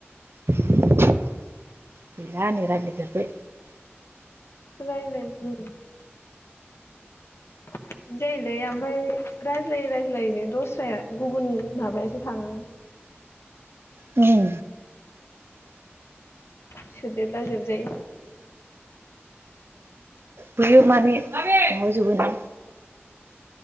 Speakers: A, on the right (about 65°); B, on the left (about 70°).
A: <inaudible> गैला निरा गिदिर फै
B: रायलायनो रों बिदिनो जायोलै ओमफाय रायज्लायै रायज्लायैनो दस्राया गुबुन माबायासो थाङो।
A: उम
B: <inaudible> सेदेरला जोबनोसै
A: बायो माने माबाजोबोनो